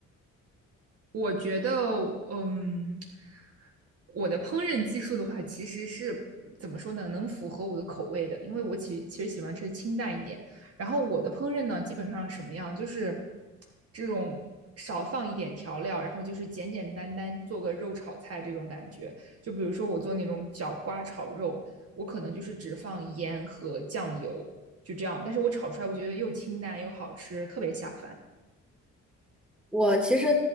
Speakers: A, on the right (about 50°); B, in the centre.
A: 我觉得，嗯，我的烹饪技术的话，其实是怎么说呢，能符合我的口味的，因为我其其实喜欢吃清淡一点。然后我的烹饪呢，基本上什么样，就是这种少放一点调料，然后就是简简单单做个肉炒菜这种感觉。就比如说我做那种角瓜炒肉，我可能就是只放盐和酱油，就这样。但是我炒出来，我觉得又清淡又好吃，特别下饭。
B: 我其实